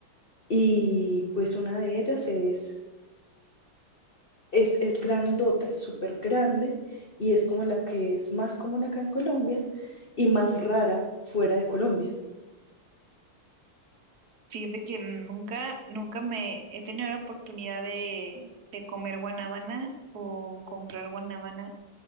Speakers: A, on the left; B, on the right.
A: y pues una de ellas es es, es grandota, es súper grande y es como la que es más común acá en Colombia y más rara fuera de Colombia.
B: Fíjate que nunca, nunca me he tenido la oportunidad de, de comer guanábana o comprar guanábana.